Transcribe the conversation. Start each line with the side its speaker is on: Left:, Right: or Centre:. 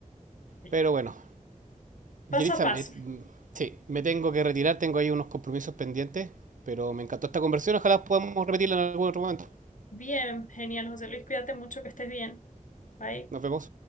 Left: Sí.
Right: Pero bueno,
Left: Paso
Right: Yelitza,
Left: a paso.
Right: me- mm, sí, me tengo que retirar, tengo ahí unos compromisos pendientes, pero me encantó esta conversión, ojalá podamos repetirla en algún otro momento.
Left: Bien, genial, José Luis, cuídate mucho, que estés bien. Bye.
Right: Nos vemos.